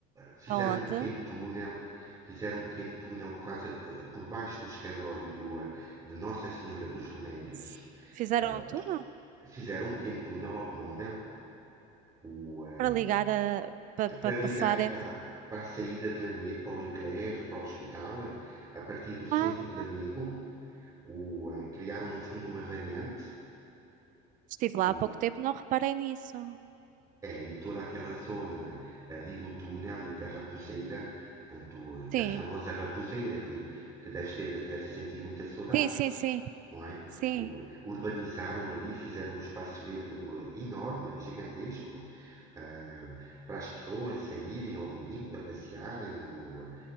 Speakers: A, on the right; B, on the right.
A: Fizeram
B: Aonde?
A: um pequeno túnel. Fizeram um pequeno túnel por, causa, eh, por baixo do escadório do, ah, de Nossa Senhora dos Remédios.
B: S- Fizeram
A: Ah,
B: tudo túnel
A: Fizeram um pequeno túnel automóvel. O, ah,
B: para ligar a, para, para
A: para
B: passar
A: ligar
B: entre.
A: para, para a saída de Lamego, para o Leclerc, para o hospital, a partir do centro
B: Ah,
A: de Lamego, o, eh, criaram no fundo uma variante,
B: estive lá
A: o-
B: há pouco tempo, não reparei nisso.
A: é, e toda aquela zona ali do túnel e da raposeira, tanto
B: Sim,
A: da famosa raposeira que, que deves ter, deves sentir muita saudade.
B: sim, sim, sim.
A: não é?
B: Sim.
A: Urbanizaram ali, fizeram um espaço verde um, enorme, gigantesco, ah, para as pessoas saírem ao domingo para passearem, ou, ah,